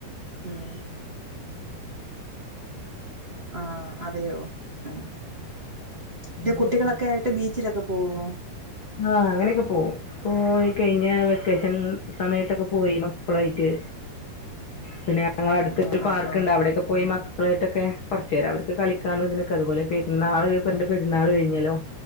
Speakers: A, on the right; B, on the left.
A: ഉം ആഹ് അതെയോ ഉം
B: പിന്നെ
A: <unintelligible> കുട്ടികളൊക്കെ ആയിട്ട് ബീച്ചിലൊക്കെ പോകുവോ
B: ആഹ് അങ്ങനെക്കെ പോകും പോയി കഴിഞ്ഞ വെക്കേഷൻ സമയത്തൊക്കെ പോയി മക്കളും ആയിട്ട് പിന്നെ ഞങ്ങള അടുത്തൊരു
A: ആഹ്
B: പാർക്ക്ണ്ട്
A: ആഹ് ആഹ്
B: അവിടെക്കെ പോയി മ ക്കളായിട്ടൊക്കെ കൊറച്ച് നേരം അവർക്ക് കളിക്കാനും ഇതിനൊക്കെ അതുപോലെ പെന്നാള് <unintelligible> പെരുന്നാള് കഴിഞ്ഞലോ